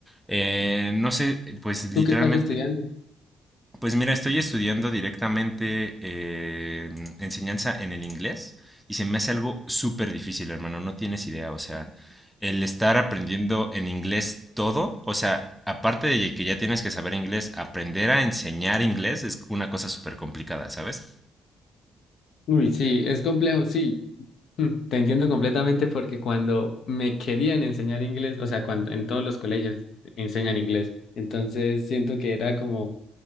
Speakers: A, in the centre; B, on the left.
A: Eh, no sé, pues literalmente,
B: ¿Tú qué estás estudiando?
A: pues mira, estoy estudiando directamente eh, enseñanza en el inglés y se me hace algo súper difícil, hermano, no tienes idea, o sea, el estar aprendiendo en inglés todo, o sea, aparte de que ya tienes que saber inglés, aprender a enseñar inglés es una cosa súper complicada, ¿sabes?
B: Uy, sí, es complejo, sí. Mm, Te entiendo completamente porque cuando me querían enseñar inglés, o sea, cuando en todos los colegios enseñan inglés, entonces siento que era como